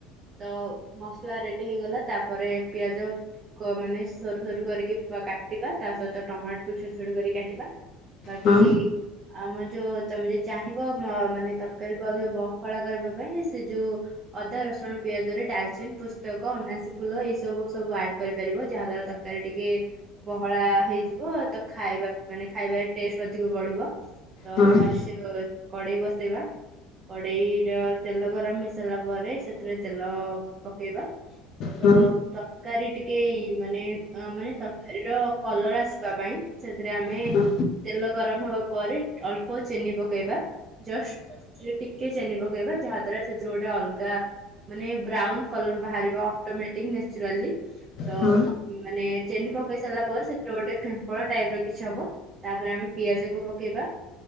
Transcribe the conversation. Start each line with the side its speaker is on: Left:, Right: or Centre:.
Right: ତ ମସଲା ରେଡି ହେଇଗଲା ତାପରେ ପିଆଜ କ ମାନେ ସରୁ ସରୁ କରିକି କାଟିବା ତା ସହିତ ଟମାଟକୁୁ ଛୋଟ ଛୋଟ କରି କାଟିବା। ବାକି
Left: ହୁଁ
Right: ଆମ ଯୋଉ ତମେ ଯଦି ଚାହିଁବ ମ ମାନେ ତରକାରୀ କରିବ ବହଳା କରିବା ପାଇଁ ସେ ଯୋଉ ଅଦା ରସୁଣ ପିଆଜ ରେ ଡାଲଚିନ୍ ପୁସ୍ତକ ଅନାସୀ ଫୁଲ ଏଇ ସବୁ ସବୁ ଆଡ କରିପାରିବ ଯାହା ଦ୍ବା ତ କାରୀ ଟିକେ ବହଳା ହେଇଯିବ ତ ଖାଇବା ମାନେ ଖାଇବାରେ ଟେଷ୍ଟ ଅଧିକ ବଢିବ। ତ
Left: ହୁଁ
Right: ଫାଷ୍ଟ ଏ କଡେଇ ବସେଇବା। କଡେଇ ର ତେଲ ଗରମ ହେଇ ସାରିଲା ପରେ ସେଥିରେ ତେଲ ପକେଇବା।
Left: ହୁଁ
Right: ତ ତରକାରୀ ଟିକେ ଇ ମାନେ ଅ ମାନେ ତରକାରୀର କଲର ଆସିବା ପାଇଁ ସେଥିରେ ଆମେ
Left: ହୁଁ
Right: ତେଲ ଗରମ ହବା ପରେ ଅଳ୍ପ ଚିନି ପକେଇବା ଜଷ୍ଟ। ସେଥିରେ ଟିକେ ଚିନି ପକେଇବା ଯାହା ଦ୍ଵାରା ସେଥିରୁ ଗୋଟେ ଅଲଗା ମାନେ ବ୍ରାଉନ୍ କଲର ବାହାରିବ ଅଟୋମେଟିକ ନେଚୁରାଲି ତ
Left: ହୁଁ ହୁଁ
Right: ମାନେ ଚିନି ପକେଇ ସାରିଲା ପରେ ସେଥିରେ ଗୋଟେ ଫିମ୍ପଳା ଟାଇପ୍ ର କିଛି ହବ ତାପରେ ଆମେ ପିଆଜକୁ ପ କେଇବା।